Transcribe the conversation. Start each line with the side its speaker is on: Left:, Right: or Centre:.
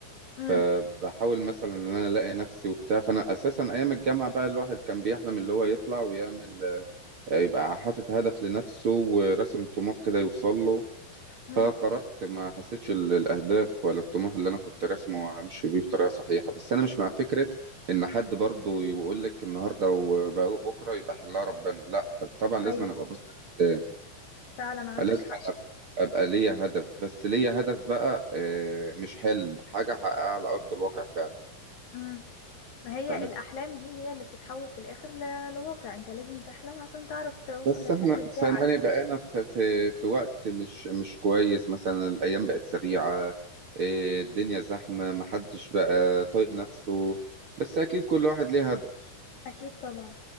Left: امم
Right: فبحاول مثلا ان انا الاقي نفسي وبتاع فانا اساسا ايام الجامعه بقى الواحد كان بيحلم اللي هو يطلع ويعمل آه، يبقى حاطط هدف لنفسه وراسم طموح كده يوصل له فخرجت
Left: امم
Right: ما حسيتش ال- الاهداف ولا الطموح اللي انا كنت راسمه همشي بيه بطريقه صحيحه بس انا مش مع فكره ان حد برضه يقول لك النهارده وبكره يبقى حلها ربنا لا طبعا لازم
Left: ايوه
Right: أنا ابقى بص قدام
Left: فعلا عندك
Right: لازم
Left: حق
Right: أنا ابقى ليا هدف بس ليا هدف بقى آه، مش حلم حاجه احققها على ارض الواقع فعلا
Left: امم ما هي
Right: فاهم
Left: الأحلام دي هي اللي بتتحول في الآخر ل- لواقع انت لازم تحلم عشان تعرف توصل
Right: بس
Left: للحلم
Right: احنا
Left: بتاعك
Right: فاهماني بقينا في في في وقت مش مش كويس مثلا الايام بقت سريعه إيه، الدنيا زحمه محدش بقى طايق نفسه بس اكيد كل واحد ليه هدف
Left: أكيد طبعا